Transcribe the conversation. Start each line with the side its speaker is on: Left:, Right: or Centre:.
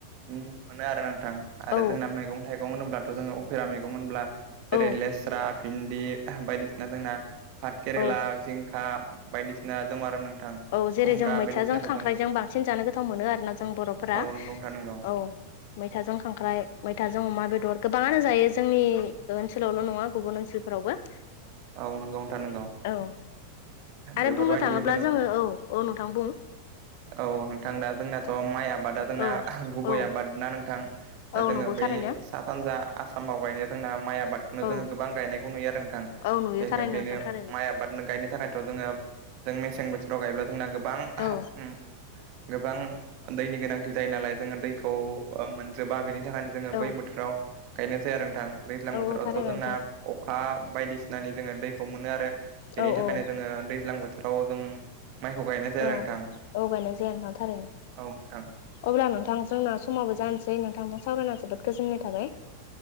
Right: नुनो मोनो आरोना नोंथां आरो
Left: औ
Right: जोंना मैगं थाइगं होनोब्लाथ' जोङो अफेरा मैगं होनब्ला जेरै
Left: औ
Right: लेस्रा भिन्दि बायदि ना जोंना पाथ केरेला
Left: औ
Right: जिंखा बायदिसिना दं आरो नोंथां।
Left: औ जेरै
Right: खुमब्रा
Left: जों मैथाजों
Right: बायदिसिनाखौ
Left: खांख्राइजों
Right: जों
Left: बांसिन जानो गोथाव मोनो आरोना जों बर'फोरा।
Right: औ नंगौ नोंथां नंगौ
Left: औ मैथाजों खांख्राइ मैथाजों अमा बेदर गोबाङानो जायो जोंनि ओनसोलावल' नङा गुबुन ओनसोलफोरावबो। <unintelligible>
Right: औ नंगौ नोंथां नंगौ।
Left: औ आरो
Right: बेफोरबायदिनो
Left: बुंनो थाङोब्ला
Right: जोङो
Left: औ औ नोंथां बुं।
Right: औ नोंथां दा जोंनाथ' माइ आबादा जोंना
Left: औ
Right: गुबै
Left: औ
Right: आबाद ना नोंथां। दा
Left: औ
Right: जोङो
Left: नंगौ
Right: बै
Left: थारैनो
Right: सा सानजा आसामाव गायनाया जोंना माइ आबादखौनो
Left: औ
Right: जोङो गोबां गायनायखौ नुयो आरो नोंथां।
Left: औ नुयो
Right: <inaudible>
Left: थारैनो
Right: बेनो
Left: नोंथां थारैनो
Right: माया आबादनो गायनो थाखायथ' जोङो जों मेसें बोथोराव गायोब्ला जोंना गोबां
Left: औ
Right: ओम गोबां दैनि गोनांथि जायो नालाय जोङो दैखौ मोनजोबा बेनि थाखायनो जोङो
Left: औ
Right: बै बोथोराव गायनाय जाया आरो नोंथां दैज्लां
Left: औ
Right: बोथोरावथ'
Left: थारैनो
Right: जोंना
Left: नोंथां
Right: अखा बायदिसिनानि जोङो दैखौ मोनो आरो बेनि
Left: औ
Right: थाखायनो
Left: औ
Right: जोङो दैज्लां बोथो राव जों माइखौ गायनाय जायो
Left: औ
Right: आरो नोंथां।
Left: औ गायनाय जाया नोंथां थारैनो।
Right: औ नोंथां।
Left: अब्ला नोंथांजोंना समावबो जानोसै नोंथांजों सावरायना जोबोद गोजोननाय थाबाय।